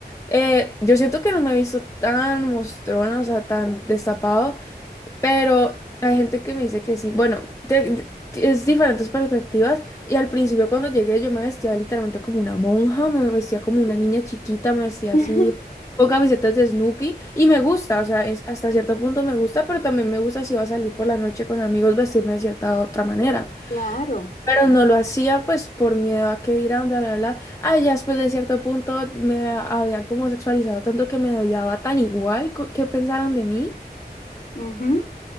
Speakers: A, on the left (about 15°); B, on the left (about 50°).
A: Eh, yo siento que no me he visto tan mostrona, o sea, tan destapado pero hay gente que me dice que sí. Bueno, te- te- es diferentes perspectivas. Y al principio cuando llegué yo me vestía literalmente como una monja, me vestía como una niña chiquita, me vestía
B: <laughs>
A: así con camisetas de Snoopy. Y me gusta, o sea, es- hasta cierto punto me gusta, pero también me gusta si va a salir por la noche con amigos vestirme de cierta otra manera.
B: claro.
A: Pero no lo hacía pues por miedo a que dirán, bla, bla, bla. Ah, ya después de cierto punto me habían como sexualizado tanto que me daba tan igual co- que pensaran de mí
B: Ujú.